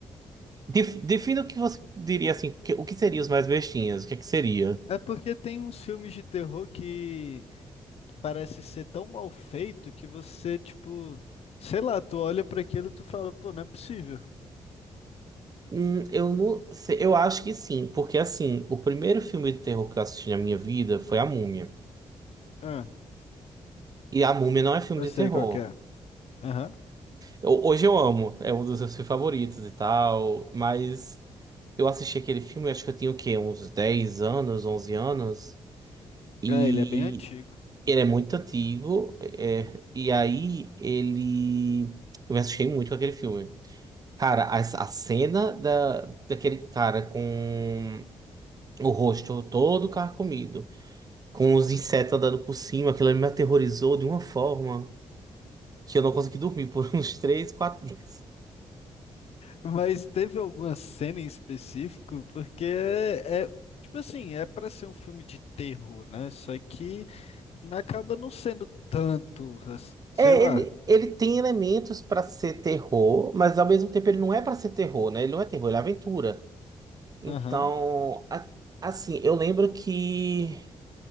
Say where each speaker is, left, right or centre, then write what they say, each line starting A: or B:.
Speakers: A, on the right; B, on the left.
A: Def- Defina o que você diria assim, o que, o que seria os mais bestinhas? O que é que seria?
B: É porque tem uns filmes de terror que parece ser tão mal feito que você, tipo, sei lá, tu olha pra aquilo e tu fala, pô, não é possível.
A: Hum, eu não sei, eu acho que sim, porque assim, o primeiro filme de terror que eu assisti na minha vida foi A Múmia.
B: Ah,
A: E A Múmia não é filme
B: eu
A: de
B: sei
A: terror.
B: qual que é. Aham.
A: Eu- hoje eu amo, é um dos meus filmes favoritos e tal, mas eu assisti aquele filme, acho que eu tinha o quê? Uns 10 anos, 11 anos, e
B: É, ele é bem antigo.
A: ele é muito antigo, é, e aí ele. Eu me assustei muito com aquele filme. Cara, a, a cena da, daquele cara com o rosto todo carcomido, com os insetos andando por cima, aquilo ali me aterrorizou de uma forma que eu não consegui dormir por <laughs> uns três, quatro dias.
B: Mas teve alguma cena em específico? Porque é, é, tipo assim, é pra ser um filme de terror, né? Só que acaba não sendo tanto, sei
A: É,
B: lá.
A: ele, ele tem elementos pra ser terror, mas ao mesmo tempo ele não é pra ser terror, né? Ele não é terror, ele é aventura. Então,
B: Aham.
A: a- assim, eu lembro que.